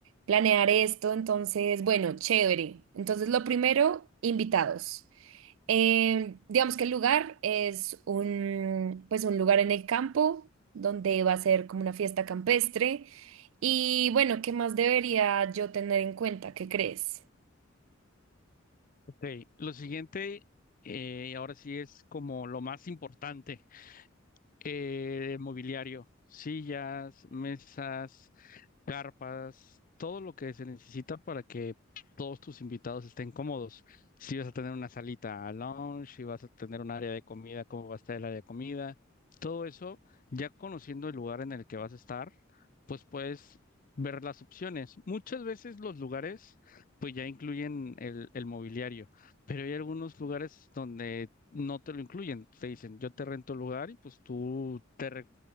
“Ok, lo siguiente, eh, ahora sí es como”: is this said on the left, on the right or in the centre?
Left